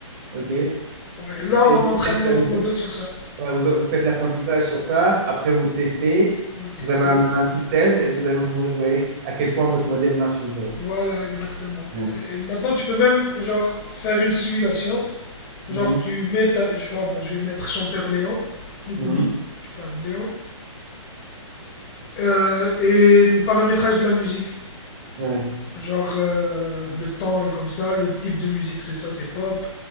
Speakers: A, on the right; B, on the left.
A: Ok.
B: Ouais. Et là,
A: Et
B: on
A: vous
B: entraîne
A: faites,
B: notre
A: euh, vous
B: modèle sur ça.
A: ouais, vous- vous faites l'apprentissage sur ça. Après vous testez.
B: On vous tester.
A: Vous avez un, un truc test et vous, avez, vous voyez à quel point votre modèle marche ou pas. Ok.
B: Voilà, exactement.
A: Ouais.
B: Et maintenant, tu peux même, genre, faire une simulation. Genre,
A: Mhm.
B: tu mets ta- Je sais pas, moi, je vais mettre chanteur Léon, Noukouli,
A: Mhm.
B: enfin, Léon, euh, et les paramétrages de la musique.
A: Ouais.
B: Genre, euh, le temps est comme ça, le type de musique, c'est ça, c'est pop,